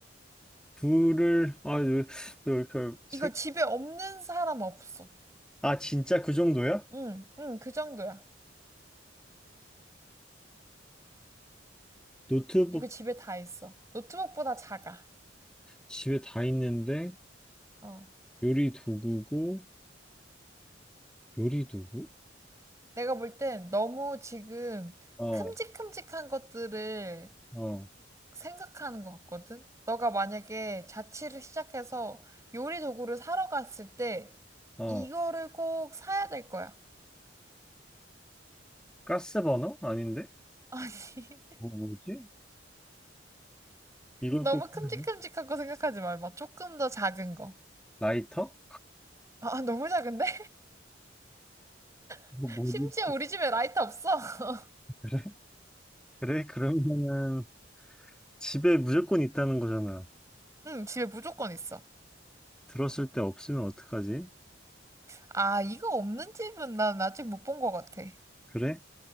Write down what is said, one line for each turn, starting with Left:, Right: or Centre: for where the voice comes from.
Centre: 불을 아, 너, 너 이렇게 생...
Right: 이거 집에 없는 사람 없어.
Centre: 아, 진짜 그 정도야?
Right: 응, 응, 그 정도야.
Centre: 노트북
Right: 이거 집에 다 있어. 노트북보다 작아.
Centre: 집에 다 있는데
Right: 어.
Centre: 요리 도구고 요리 도구?
Right: 내가 볼 땐 너무 지금
Centre: 어,
Right: 큼직큼직한 것들을
Centre: 어,
Right: 생각하는 것 같거든? 너가 만약에 자취를 시작해서 요리 도구를 사러 갔을 때
Centre: 어.
Right: 이거를 꼭 사야 될 거야.
Centre: 가스 버너? 아닌데?
Right: <laughs> 아니,
Centre: 뭐 뭐지? 이걸
Right: 너무
Centre: 꼭
Right: 큼직큼직한
Centre: 필요해?
Right: 거 생각하지 말고 조금 더 작은 거.
Centre: 라이터?
Right: 아, 너무 작은데?
Centre: 뭐
Right: <laughs>
Centre: 뭐지?
Right: 심지어 우리 집에 라이터 없어. <laughs>
Centre: 그래? 그래? 그러면은 집에 무조건 있다는 거잖아.
Right: 응, 집에 무조건 있어.
Centre: 들었을 때 없으면 어떡하지?
Right: 아, 이거 없는 집은 난 아직 못 본 것 같아.
Centre: 그래?